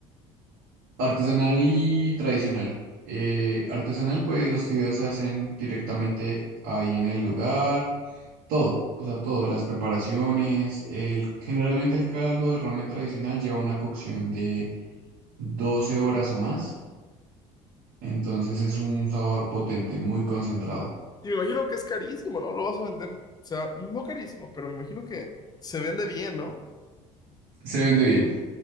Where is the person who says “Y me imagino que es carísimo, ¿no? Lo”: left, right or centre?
Left